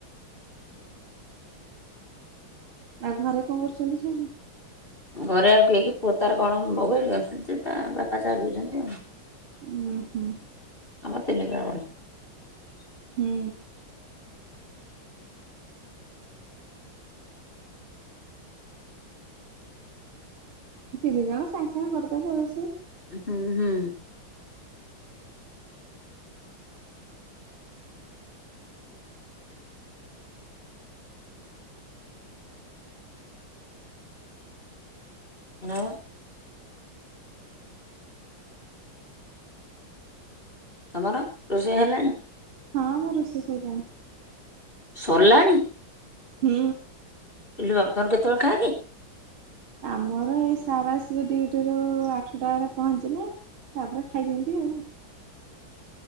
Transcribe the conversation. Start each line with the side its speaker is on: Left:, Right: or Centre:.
Right: ଆଉ ଘରେ କଣ କରୁଛନ୍ତି ସବୁ?
Left: ଘରେ ଆଉ କିଏ କି ପୁଅ ତାର କଣ ମୋବାଇଲ ଦେଖୁଚି ତା ବାପା ଚାହା ପିଉଛନ୍ତି ଆଉ।
Right: ହୁଁ, ହୁଁ।
Left: <unintelligible>
Right: ହୁଁ। ତିନି ଜଣ ସାଙ୍ଗେ, ସାଙ୍ଗେ କରିଦେବେ ଆଉ।
Left: ହୁଁ ହୁଁ। ନା ମ। ତମର, ରୋଷେଇ ହେଲାଣି?
Right: ହଁ, ହଁ, ରୋଷେଇ ସରିଲାଣି।
Left: ସରିଲାଣିି?
Right: ହୁଁ।
Left: ଇଲୋ ବାପା, ତମର କେତେବେଳେ ଖାଅ କି?
Right: ଆମର ଏଇ ସାର ଆସିବେ ଡିୟୁଟିରୁ ଆଠଟା ବେଳେ ପହଞ୍ଚିବେ। ତାପରେ ଖାଇଦିଅନ୍ତି ଆଉ।